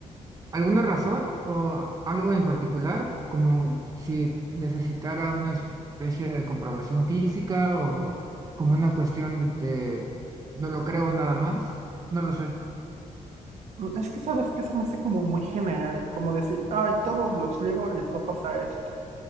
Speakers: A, on the right; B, on the right.
A: ¿Alguna razón o algo en particular? Como si necesitara una especie de comprobación física o como una cuestión de de no lo creo nada más. No lo sé.
B: Mm, Es que sabes que se me hace como muy general, como decir, ay, todos los Leo les va a pasar esto.